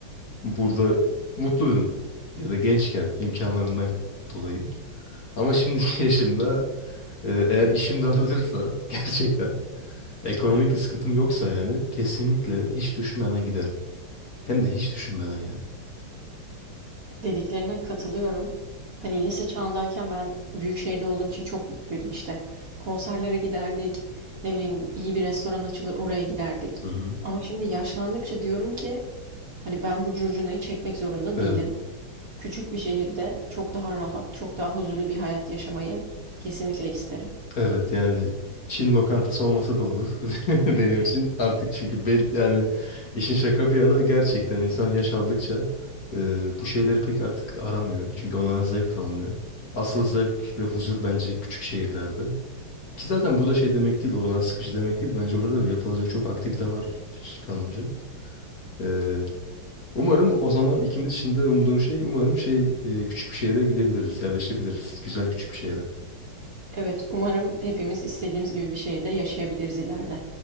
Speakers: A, on the left (about 45°); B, on the right (about 45°).
A: burada mutluydum ya da gençken imkanlarından dolayı. Ama şimdiki <laughs> yaşımda e, eğer işim de hazırsa <laughs> gerçekten ekonomik bir sıkıntım yoksa yani kesinlikle hiç düşünmeden giderim. Hem de hiç düşünmeden yani.
B: dediklerine katılıyorum. Hani lise çağındayken ben büyük şehirde olduğum için çok mutluydum işte. Konserlere giderdik, ne bileyim iyi bir restoran açılır oraya giderdik.
A: Hı hı.
B: Ama şimdi yaşlandıkça diyorum ki hani ben bu curcunayı çekmek zorunda
A: Evet,
B: değilim. Küçük bir şehirde çok daha rahat, çok daha huzurlu bir hayat yaşamayı kesinlikle isterim.
A: evet yani Çin lokantası olmasa da olur <laughs> benim için artık çünkü ben yani işin şaka bir yana gerçekten insan yaş aldıkça e, bu şeyleri pek artık aramıyor çünkü onlara zevk de alınıyor. Asıl zevk ve huzur bence küçük şehirlerde. Ki zaten bu da şey demek değil, oralar sıkıcı demek değil. Bence orada da yapılacak çok aktivite var ş- kanımca. Ee, umarım o zaman ikimiz için de umduğum şey, umarım şey e, küçük bir şehre gidebiliriz, yerleşebiliriz. Güzel küçük bir şehre.
B: Evet, umarım hepimiz istediğimiz gibi bir şehirde yaşayabiliriz ileride.